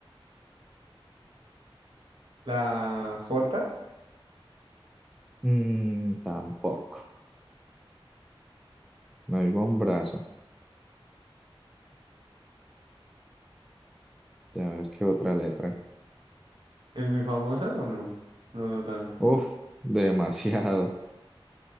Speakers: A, on the right; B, in the centre.
A: la J,
B: Mm, tampoco. No iba un brazo. A ver qué otra letra.
A: ¿es muy famosa o no? No, no tanto.
B: Uf, demasiado.